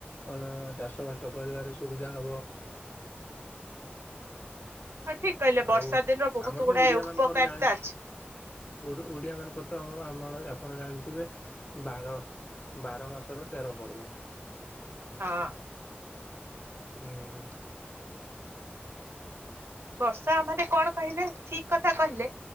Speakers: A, on the left (about 35°); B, on the right (about 85°).
A: କଣ ଚାଷବାସ କରିବାରେ ସୁବିଧା ହବ?
B: ହଁ ଠିକ କହିଲେ
A: ଆଉ
B: ବର୍ଷା ଦିନର ବହୁତ
A: ଆମର ତ
B: ଗୁଡାଏ
A: ଓଡିଆ
B: ଉପକାରିତା
A: ମାନଙ୍କର ଜାଣି
B: ଅଛି
A: ଓଡ ଓଡିଆ ମାନଙ୍କର ତ ଆମର ଆମଳ ଆପଣ ଜାଣିଥିବେ ବାର ବାର ମାସର ତେର ପର୍ବ।
B: ହଁ।
A: ହୁଁ।
B: ବର୍ଷା ମାନେ କଣ କହିଲେ ଠିକ୍ କଥା କହିଲେ।